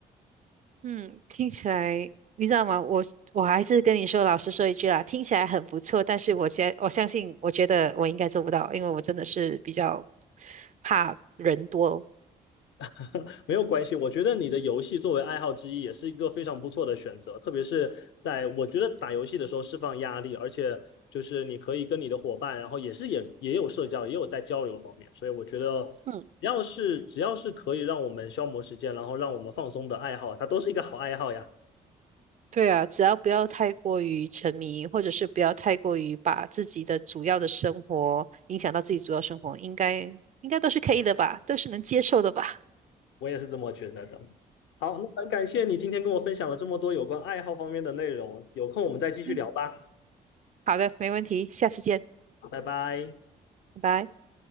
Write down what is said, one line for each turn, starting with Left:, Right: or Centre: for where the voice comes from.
Right: 嗯，听起来你知道吗？我我还是跟你说，老实说一句啦，听起来很不错，但是我现我相信，我觉得我应该做不到，因为我真的是比较怕人多。
Left: <laughs> 没有关系，我觉得你的游戏作为爱好之一也是一个非常不错的选择，特别是在我觉得打游戏的时候释放压力，而且就是你可以跟你的伙伴，然后也是也也有社交，也有在交流方面，所以我觉得
Right: 嗯，
Left: 只要是只要是可以让我们消磨时间，然后让我们放松的爱好，它都是一个好爱好呀。
Right: 对啊，只要不要太过于沉迷，或者是不要太过于把自己的主要的生活影响到自己主要生活，应该应该都是可以的吧，都是能接受的吧。
Left: 我也是这么觉得的。好，那很感谢你今天跟我分享了这么多有关爱好方面的内容，有空我们再继续聊吧，
Right: 嗯，好的，没问题，下次见，
Left: 拜拜。
Right: 拜拜。